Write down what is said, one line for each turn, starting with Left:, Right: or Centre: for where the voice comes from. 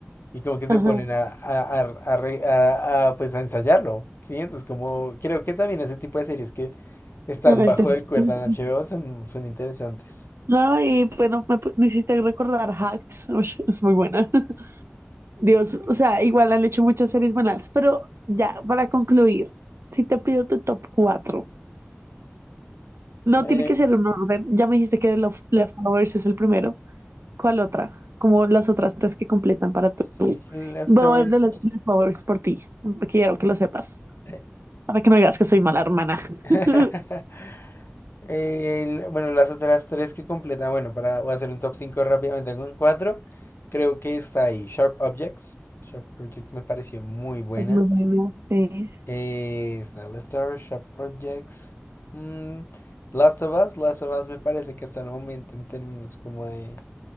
Left: Y como que se
Right: ajá.
Left: ponen a, a, a, a re- a- a, pues a ensayarlo, ¿sí? Entonces como creo que también ese tipo de series que están
Right: en el
Left: bajo
Right: tele-
Left: de cuerda
Right: <laughs>
Left: en HBO son, son interesantes.
Right: No, y bueno, me, pu- me hiciste recordar Hacks, <laughs> ush, es muy buena. <laughs> Dios, o sea, igual han hecho muchas series buenas, pero ya, para concluir, si te pido tu top 4 no
Left: Eh,
Right: tiene que ser un orden, ya me dijiste que The Lof- Leftovers es el primero. ¿Cuál otra? Como las otras tres que completan para tu.
Left: Sí, Leftovers.
Right: Voy a ver de los de favoritos por ti. Quiero que lo sepas.
Left: eh,
Right: Para que no digas que soy mala hermana.
Left: <laughs>
Right: <laughs>
Left: el- bueno, las otras tres que completan, bueno, para voy a hacer un top 5 rápidamente con cuatro. Creo que está ahí Sharp Objects. Sharp Objects me pareció muy buena.
Right: Es muy buena. Sí.
Left: Eh, está Leftovers, Sharp Objects. mm, Last of Us. Last of Us me parece que hasta el momento en términos como de